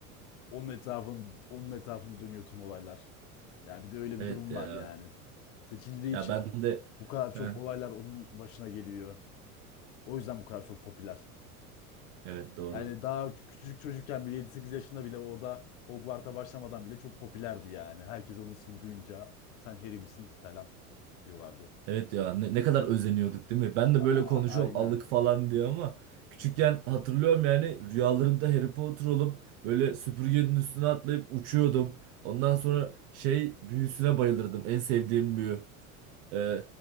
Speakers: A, on the left (about 65°); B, on the right (about 60°).
A: onun etrafın onun etrafında dönüyor tüm olaylar. Yani bir de öyle
B: Evet
A: bir durum
B: ya.
A: var yani. Seçildiği
B: Ya
A: için
B: ben de
A: bu kadar
B: Heh,
A: çok olaylar onun başına geliyor. O yüzden bu kadar çok popüler.
B: evet doğru.
A: Yani daha küçücük çocukken bile 7-8 yaşında bile orada Hogwarts'a başlamadan bile çok popülerdi yani. Herkes onun ismini duyunca sen Harry misin falan diyorlardı.
B: Evet ya ne, ne kadar özeniyorduk değil mi? Ben de
A: A-
B: böyle konuşuyorum
A: aynen.
B: alık falan diye ama küçükken hatırlıyorum yani rüyalarımda Harry Potter olup böyle süpürgenin üstüne atlayıp uçuyordum. Ondan sonra şey büyüsüne bayılırdım. En sevdiğim büyü. E,